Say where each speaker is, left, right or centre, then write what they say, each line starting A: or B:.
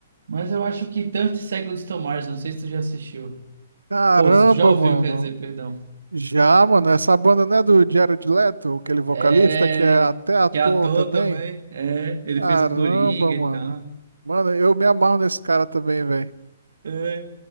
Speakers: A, on the right; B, on the right.
A: Mas eu acho que tanto segue o Tomás, não sei se tu já assistiu.
B: Caramba,
A: Ou se tu já ouviu,
B: mano.
A: quer dizer, perdão.
B: Já, mano, essa banda não é do Jared Leto, aquele vocalista
A: É.
B: que é até ator
A: Que é ator
B: também?
A: também. É, ele
B: Caramba,
A: fez o Coringa
B: mano.
A: e tal.
B: Mano, eu me amarro nesse cara também, velho.
A: É.